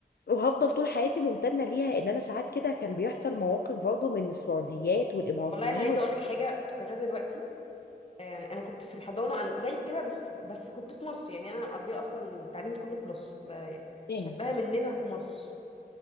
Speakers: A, on the left; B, on the left.
A: وهفضل طول حياتي ممتنه ليها ان انا ساعات كده كان بيحصل مواقف برضه من السعوديات والاماراتيين
B: والله أنا عايزة
A: و...
B: أقولك حاجة افتكرتها دلوقتي آه، يعني أنا كنت في الحضانة أنا زي كده بس بس كنت في مصر يعني أنا مقضية أصلا تعليمي كله في مصر ب-
A: تمام
B: شبهها من نيلها في مصر